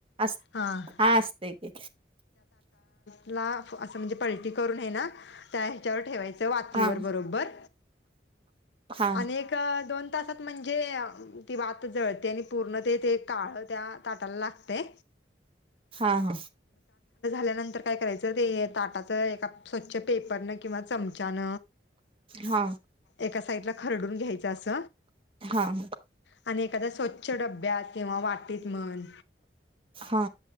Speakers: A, on the right (about 30°); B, on the left (about 85°).
A: अस
B: हां
A: हा असते की.
B: ला असं म्हणजे पलटी करून आहे ना. त्या ह्याच्यावर ठेवायचं वातीवर
A: हा
B: बरोबर
A: हा
B: आणि दोन तासात म्हणजे ती वात जळते आणि पूर्ण ते ते काळ त्या ताटाला लागते.
A: हा हा.
B: ल्यानंतर काय करायचं ते ताटाच एका पूर्ण स्वच्छ पेपरन किंवा चमचान.
A: हा
B: एका साईडला खरडून घ्यायच अस.
A: हा
B: आणि एखादा स्वच्छ डब्यात किंवा वाटीत म्हण.
A: हा.